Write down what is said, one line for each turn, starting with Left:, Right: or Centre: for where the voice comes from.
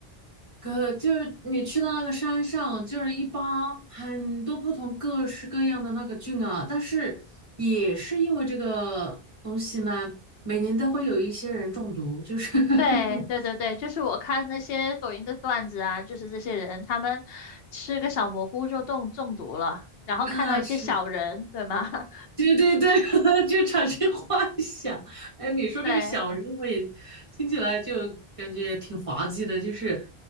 Right: 可就是你去到那个山上，就是一扒很多不同各式各样的那个菌啊。但是也是因为这个东西呢，每年都会有一些人中毒，就是 <laughs>
Left: 对对对对，就是我看那些抖音的段子啊，就是这些人他们吃个小蘑菇就中中毒了，然后看到一些小人，
Right: 啊，是。
Left: 对吗？<laughs>
Right: 对 <laughs> 对对，<laughs> 就产生幻想。哎，你说这个小人，
Left: 对，
Right: 我也听起来就感觉挺滑稽的。就是，